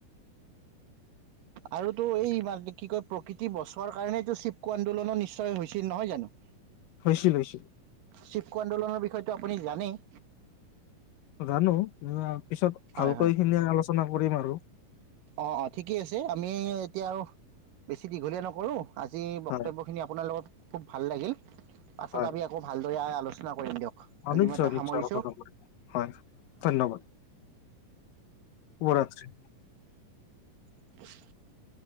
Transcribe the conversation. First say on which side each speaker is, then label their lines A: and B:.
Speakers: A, on the right; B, on the left.
A: আৰুতো এই কি কয়। প্ৰকৃতি বছৰৰ কাৰণেটো চিবকু আন্দোলন নিশ্চয় হৈছিল নহয় জানো?
B: হৈছিল হৈছিল।
A: শিবকু আন্দোলনৰ বিষয়েটো আপুনি জানেই।
B: জানো পিছত
A: হয়
B: ভালকৈ খিনি আলোচনা কৰিম আৰু।
A: অ অ ঠিকেই আছে আমি। এতিয়া আৰু বেছি দীঘলীয়া নক। কৰোঁ। আজি বক্তব্যখিনি
B: হয়
A: আপোনাৰ লগত। খুব ভাল লাগিল। পাছত
B: হয়
A: আমি আকৌ ভালদৰে আলোচনা । আলোচনা কৰিম দিয়ক।
B: অ
A: আজি
B: নিশ্চয়
A: মই এতিয়া
B: নিশ্চয়
A: সামৰিছোঁ
B: হয়। ধন্যবাদ। উ <unintelligible> অ ৰাতি।
A: <unintelligible>